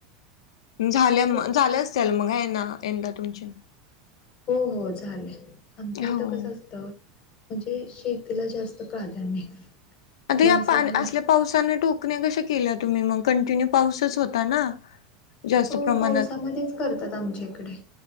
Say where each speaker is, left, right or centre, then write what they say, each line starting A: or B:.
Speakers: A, on the left; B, on the left.
A: झाल्या मग
B: कसं
A: झालंच त्याल मग आहे ना यंदा तुमचे
B: हो हो झालं. आमच्या इथं
A: हो
B: कसं असत म्हणजे शेतीला जास्त प्राधान्य
A: अग या
B: माणसांना
A: पा असल्या पावसाने टोकण्या कशा केल्या तुम्ही मग कंटिन्यू पाऊसच होता ना? जास्त
B: हो.
A: प्रमाणात
B: पावसामध्येच करतात आमच्या इकडे.